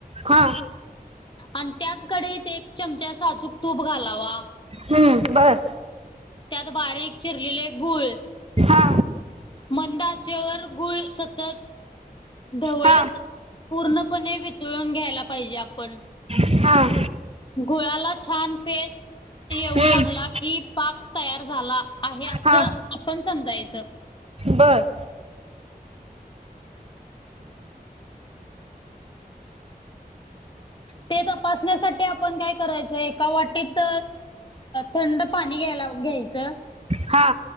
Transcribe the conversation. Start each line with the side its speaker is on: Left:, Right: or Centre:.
Right: हा
Left: आणि त्याचकडे एक चमचा साजूक तूप घालावा.
Right: हम्म बर.
Left: त्यात बारीक चिरलेले गूळ
Right: हा
Left: मंदाचे व गुळ सतत. ढवळत
Right: हा
Left: पूर्णपणे वितळून घ्यायला पाहिजे आपण
Right: हां
Left: गोळाला छान पेस येऊ
Right: हम्म
Left: लागला की पाक तयार झाला आहे असं
Right: हा
Left: आपण समजायचं
Right: बर
Left: ते तपासण्यासाठी आपण काय करायचं एका वाटीत थंड पाणी घ्यायला घ्यायचं
Right: हा